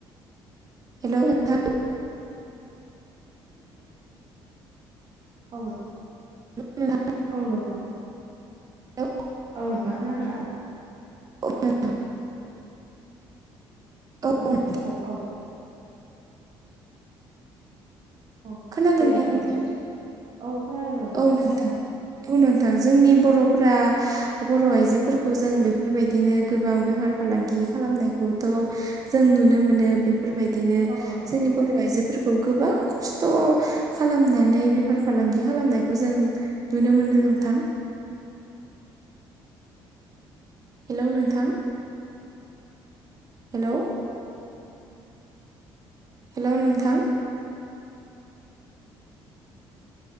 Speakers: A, on the right; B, on the right.
A: हेल' नोंथां
B: औ
A: खोनादोंना
B: नोथां
A: नोंथां
B: औ नोंथां खोनादों ना?
A: <unintelligible> <unintelligible>
B: औ औ औ अ
A: खोनादोंना
B: दे बुंलांनाय
A: नोंथां
B: औ खोनादों
A: औ नोंथां
B: खोनादों
A: औ नोंथां जोंनि बर'फ बर' आइजोफोरखौ
B: औ
A: जों बे बेफोरबायदिनो गोबां बेफार फालांगि खालामनायखौथ' जों नुनो मोनो बे बेफोरबायदिनो
B: औ नोंथां
A: जोंनि बर' आइजोफोरखौ गोबां खस्थ' खालामनानै बेफार-फालांगि खालामनायखौ जों नुनो मोनो नोंथां। हेलौ नोंथां। हेलौ हेल' नोंथां।